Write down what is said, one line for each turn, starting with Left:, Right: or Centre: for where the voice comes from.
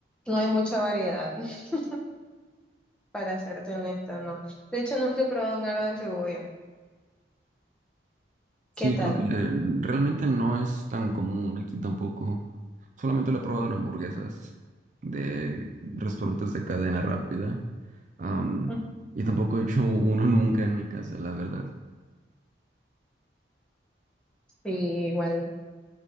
Centre: no hay mucha variedad, <laughs> para serte honesta, ¿no? De hecho, nunca he probado un aro de cebolla.
Right: Sí,
Centre: ¿Qué tal?
Right: creo que eh, realmente no es tan común aquí tampoco. Solamente lo he probado en hamburguesas de restaurantes de cadena rápida. Am,
Centre: Ujú.
Right: y tampoco he hecho uno <laughs> nunca en mi casa, la verdad.
Centre: Sí, igual.